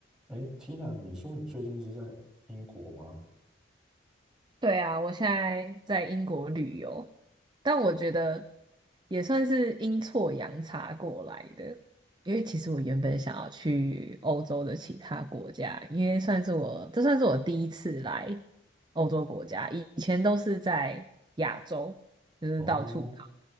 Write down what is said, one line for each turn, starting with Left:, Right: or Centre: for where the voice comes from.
Centre: 哎，Tina，你说你最近是在英国吗？
Right: 对啊，我现在在英国旅游，但我觉得也算是阴错阳差过来的，因为其实我原本想要去欧洲的其他国家，因为算是我，这算是我第一次来欧洲国家，以以前都是在亚洲，就是到处跑。
Centre: 哦，